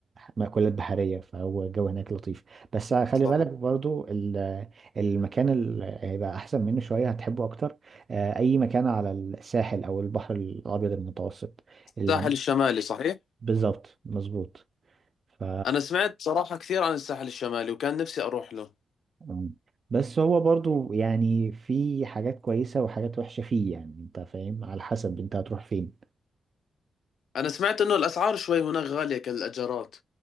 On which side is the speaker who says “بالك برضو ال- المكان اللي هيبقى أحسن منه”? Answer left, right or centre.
Right